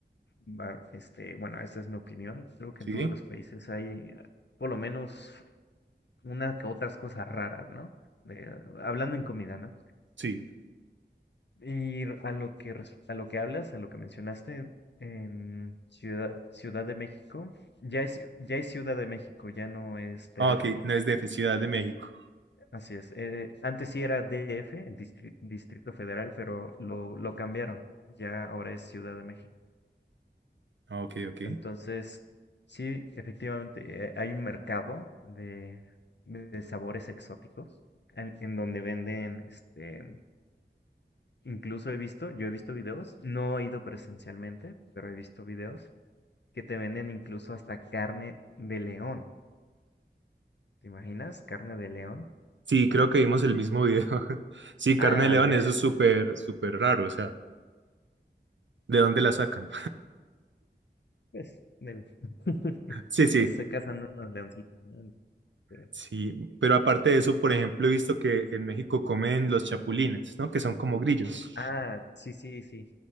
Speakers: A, on the left; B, on the right.
A: va- este, bueno, esta es mi opinión, creo que
B: ¿Sí?
A: en todos los países hay eh, por lo menos una que otras cosas raras, ¿no? De, hablando en comida, ¿no?
B: Sí.
A: Y r- a lo que res- a lo que hablas, a lo que mencionaste en Ciudad Ciudad de México, ya es ya es Ciudad de México, ya no es TF.
B: Ah, ok, no es DF, Ciudad de México.
A: Así es. eh, antes sí era DF, el Distri- Distrito Federal, pero lo, lo cambiaron. Ya ahora es Ciudad de México.
B: Ah, ok, ok.
A: Entonces, sí, efectivamente, eh, hay un mercado de, de sabores exóticos en, en donde venden, este, incluso he visto, yo he visto videos, no he ido presencialmente, pero he visto videos que te venden incluso hasta carne de león. ¿Te imaginas? Carne de león.
B: Sí, creo que vimos el mismo video. <laughs> Sí,
A: Ah,
B: carne de león,
A: ya
B: eso es súper, súper raro. O sea, ¿de dónde la sacan?
A: Pues, del- <laughs>
B: <laughs> Sí, sí,
A: ya se casan unos leoncitos, ¿no? Pero-
B: sí.
A: este,
B: Pero aparte de eso, por ejemplo, he visto que en México comen los chapulines, ¿no? Que son como grillos.
A: Ah, sí, sí, sí.